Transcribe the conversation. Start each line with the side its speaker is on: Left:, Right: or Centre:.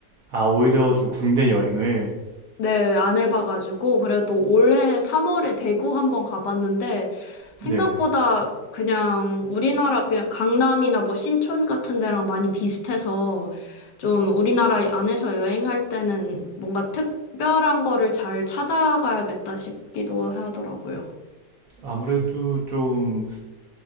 Right: 아, 오히려 좀 국내 여행을
Left: 네, 안 해봐가지고, 그래도 올해 3월에 대구 한번 가봤는데, 생각보다
Right: 네.
Left: 그냥 우리나라 그냥 강남이나 뭐 신촌 같은 데랑 많이 비슷해서, 좀 우리나라 안에서 여행할 때는 뭔가 특별한 거를 잘 찾아가야겠다 싶기도 하더라고요.
Right: 아무래도 좀